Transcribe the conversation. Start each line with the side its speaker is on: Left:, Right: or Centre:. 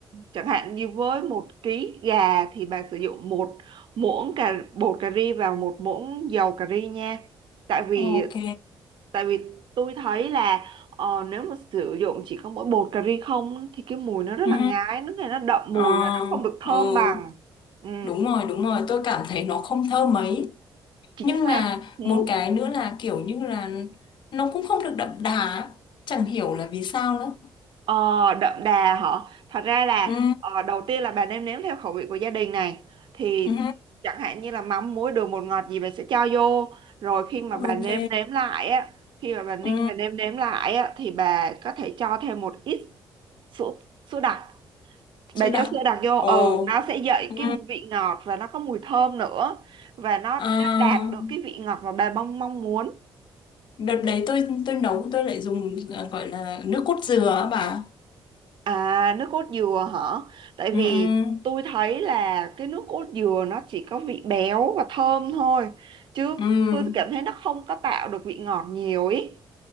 Right: chẳng hạn như với một ký gà thì bà sử dụng một muỗng cà bột cà ri vào một muỗng dầu cà ri nha tại vì
Left: Ok.
Right: tại vì tôi thấy là ờ, nếu mà sử dụng chỉ có mỗi bột cà ri không thì cái mùi nó rất
Left: Ừ.
Right: là ngái nó nghe nó đậm
Left: Ờ,
Right: mùi và nó không được thơm
Left: ừ.
Right: bằng ừ,
Left: Đúng rồi, đúng rồi. Tôi cảm thấy nó không thơm mấy.
Right: chính
Left: Nhưng
Right: xác
Left: mà
Right: ừ.
Left: một cái nữa là kiểu như là nó cũng không được đậm đà. ấy. Chẳng hiểu là vì sao nữa.
Right: Ờ, đậm đà hả thật ra là
Left: Ừ.
Right: ờ, đầu tiên là bà nêm nếm theo khẩu vị của gia đình này thì
Left: Ừ.
Right: chẳng hạn như là mắm muối đường bột ngọt gì bà sẽ cho vô rồi khi mà
Left: Ok.
Right: bà nêm nếm lại á khi mà bà ninh
Left: Ừ.
Right: và nêm nếm lại á thì bà có thể cho thêm một ít sữa sữa đặc
Left: Chưa
Right: Bà cho
Left: đặc.
Right: sữa đặc vô
Left: Ồ.
Right: ừ nó sẽ dậy
Left: Ừ.
Right: cái vị ngọt và nó có mùi thơm nữa và nó
Left: À,
Right: đã đạt được cái vị ngọt mà bà mong mong muốn
Left: đợt đấy tôi tôi nấu tôi lại dùng à, gọi là nước cốt dừa á bà.
Right: à nước cốt dừa hả tại vì
Left: Ừ. Ừ.
Right: tôi thấy là cái nước cốt dừa nó chỉ có vị béo và thơm thôi chứ
Left: Ừ.
Right: tôi cảm thấy nó không có tạo được vị ngọt nhiều ý